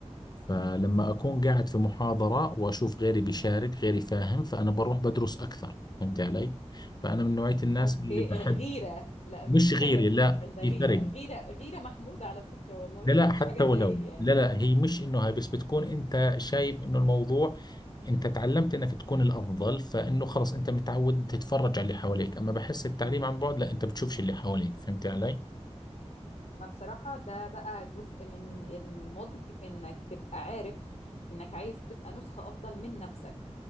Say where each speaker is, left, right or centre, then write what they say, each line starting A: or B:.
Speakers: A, on the left; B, on the left.
A: فلما أكون قاعد في محاضرة وأشوف غيري بيشارك غيري فاهم فأنا بروح بدرس أكثر فهمت علي؟ فأنا من نوعية الناس
B: اوكي
A: اللي بحب
B: آه، غيرة لا مش
A: مش
B: خجل
A: غيري لا
B: ده
A: في
B: غيرة
A: فرق
B: غيرة غيرة محمودة على فكرة والله
A: لا
B: يعني
A: لا
B: مش
A: حتى
B: حاجة تضايق
A: ولو
B: يعني
A: لا لا هي مش إنه هاي بس بتكون أنت شايف إنه الموضوع أنت تعلمت إنك تكون الأفضل فإنه خلص أنت متعود تتفرج على اللي حواليك أما بحس التعليم عن بعد لا أنت بتشوفش اللي حواليك فهمت علي؟
B: ما بصراحة ده بقى جزء من النضج انك تبقى عارف انك عايز تبقى نسخة افضل من نفسك